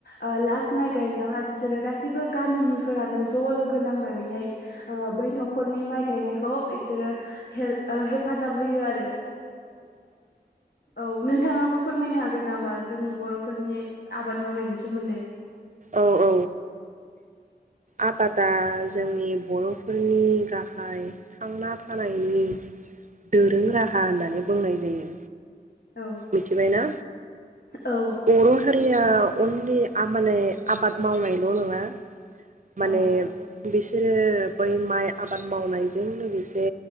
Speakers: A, on the left; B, on the right.
A: ओ लास्ट माइ गायनायावहाय बिसोरो गासैबो गामिनिफोरानो ज लोगो नांनानैहाय ओ बै नखरनि माइ गायनायखौ बिसोरो हेल्प हेफाजाब होयो आरो औ नोंथाङाबो फोरमायनो हागोन नामा जोंनि बरफोरनि आबाद मावनायनि सोमोन्दै?
B: औ औ। आबादा जोंनि बरफोरनि गाहाय थांना थानायनि दोरों राहा होननानै बुंनाय जायो।
A: औ
B: मिथिबायना?
A: औ
B: बर' हा रिया अनलि आ माने आबाद मावनायल' नङा माने
A: औ
B: बिसोरो बै माइ आबाद मावनायजों लोगोसे